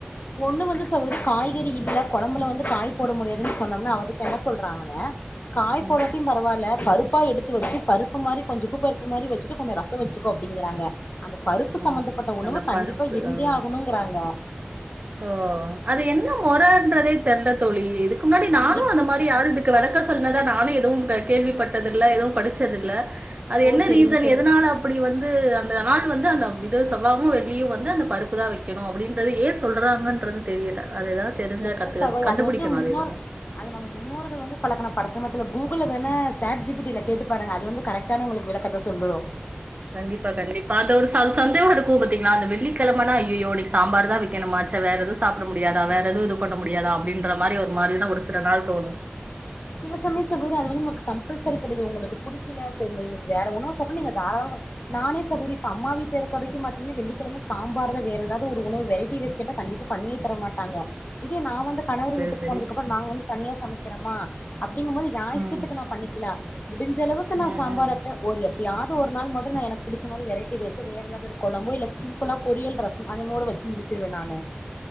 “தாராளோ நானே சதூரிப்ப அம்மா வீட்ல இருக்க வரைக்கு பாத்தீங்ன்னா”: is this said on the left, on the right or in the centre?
Left